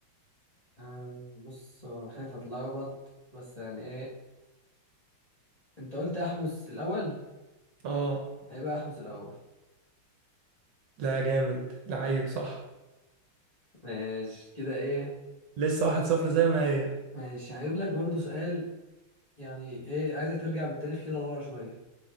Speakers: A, on the left; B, on the right.
A: آه بص هو انا خايف اتلخبط بس يعني ايه انت قلت احمس الاول
B: اه
A: هيبقى احمس الاول
B: لا جامد لعيب صح
A: ماشي كده ايه
B: لسه واحد صفر زي ما هي
A: ماشي هجيب لك برضو سؤال يعني ايه عايزك ترجع بالتاريخ كده لورا شوية